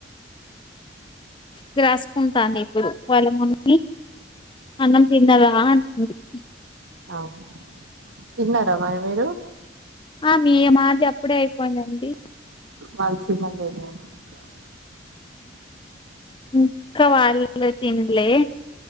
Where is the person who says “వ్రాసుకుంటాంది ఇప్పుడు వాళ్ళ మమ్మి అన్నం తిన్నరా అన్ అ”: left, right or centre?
Left